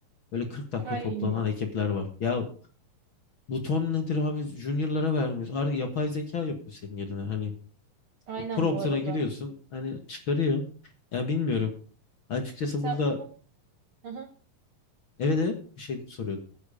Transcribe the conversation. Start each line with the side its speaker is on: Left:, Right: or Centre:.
Left: böyle 40 dakika
Right: Ay,
Left: toplanan ekipler var. Ya buton nedir abi? Junior'lara vermiyoruz. Ar- Yapay zeka yapıyor senin yerine. Hani
Right: aynen
Left: promptuna
Right: bu arada.
Left: giriyorsun. Hani çıkarıyor. Ya bilmiyorum. Açıkçası
Right: Sen
Left: burada
Right: bunu hı hı.
Left: evet evet bir şey soruyor.